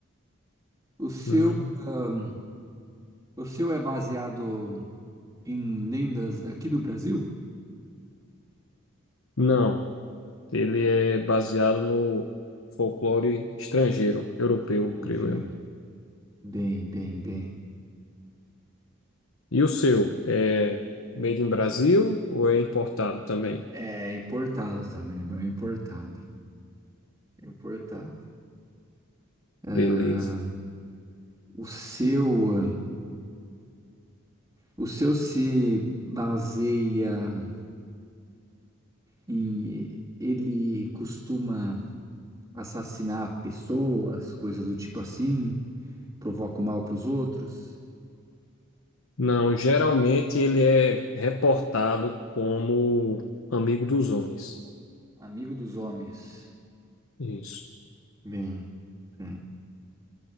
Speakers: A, on the right; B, on the left.
A: O seu,
B: Hum,
A: ahn, o seu é baseado em lendas daqui do Brasil?
B: Não, ele é baseado no folclore estrangeiro, europeu,
A: Estrangeiro.
B: creio eu.
A: Bem, bem, bem.
B: E o seu é made in Brasil ou é importado também?
A: É importado também, meu, é importado. Importado. Ah,
B: Beleza.
A: o seu, o seu se baseia em ele costuma assassinar pessoas, coisas do tipo assim, provoca o mal para os outros.
B: Não, geralmente ele é reportado como amigo dos homens.
A: Amigo dos homens.
B: Isso.
A: Bem, bem.